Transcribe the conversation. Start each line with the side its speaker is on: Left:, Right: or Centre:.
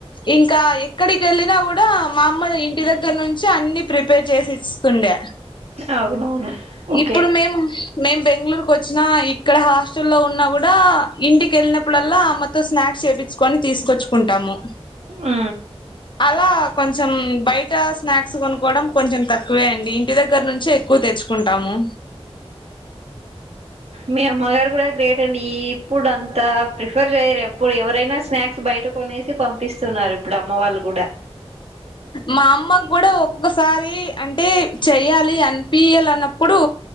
Left: ఇంకా ఎక్కడి కెళ్ళినా గూడా మా అమ్మ ఇంటి దగ్గర నుంచి అన్ని ప్రిపేర్ చేసి ఇస్తుండే
Right: అవునవును ఓకే
Left: ఇప్పుడు మేం మేం బెంగళూరు కచ్చిన ఇక్కడ హాస్టల్ లో ఉన్నా గూడా ఇంటికెళ్ళినప్పుడల్ల అమ్మ తో స్నాక్స్ చేపిచుకొని తీసుకొచ్చుకుంటాము
Right: ఉ
Left: అలా కొంచం బయట స్నాక్స్ కొనుక్కోవడం కొంచం తక్కువేంది ఇంటి దగ్గర నుంచే ఎక్కువ తెచ్ కుంటాము
Right: మీ అమ్మగారు కూడా గ్రేట్ అండి ఇప్పుడు అంతా ప్రిఫర్ చేయ్యరు ఎప్పుడు ఎవరైనా స్నాక్స్ బయట కొనేసి పంపిస్తున్నారు ఇప్పుడు అమ్మ వాళ్ళు గూడా
Left: మా అమ్మ గూడా ఒక్కొక్కసారి అంటే చెయ్యాలి అనిపియాల అన్నప్పుడు